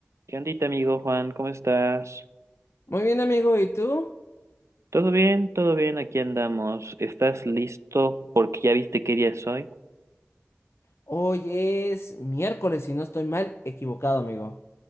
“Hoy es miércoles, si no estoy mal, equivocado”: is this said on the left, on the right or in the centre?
Left